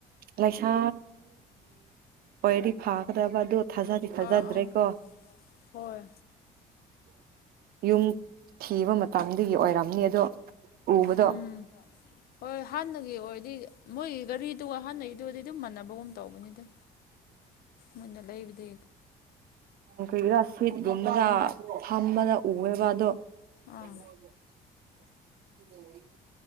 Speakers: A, on the right (about 60°); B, on the left (about 65°).
A: ꯂꯩꯥꯏꯁꯥ ꯄꯣꯏꯔꯤ ꯐꯥꯀꯗꯕ ꯑꯗꯨ ꯊꯥꯖꯗꯤ ꯊꯥꯖꯗ꯭ꯔꯦꯀꯣ
B: ꯑꯥ ꯑꯥ ꯍꯣꯏ
A: ꯌꯨꯝ ꯊꯤꯕ ꯃꯇꯗꯒꯤ ꯑꯣꯏꯔꯝꯅꯤ ꯑꯗꯣ ꯎꯕꯗꯣ
B: ꯎꯝ ꯍꯣꯏ ꯍꯥꯟꯅ ꯑꯣ ꯑꯣꯏꯔꯗꯤ ꯃꯣꯏꯒꯤ ꯒꯥꯔꯤꯗꯨꯒ ꯑꯍꯥꯟꯩꯗꯨꯗꯤ ꯑꯗꯨꯝ ꯃꯥꯟꯅꯕꯒꯨꯝ ꯇꯧꯕꯅꯤꯗ ꯃꯅ ꯂꯩꯕꯗ
A: ꯀꯩꯒꯤꯔꯥ ꯁꯠꯒꯨꯝꯕꯗ ꯐꯝꯕꯗ ꯎꯋꯦꯕ ꯑꯗꯣ <unintelligible>
B: ꯑꯥ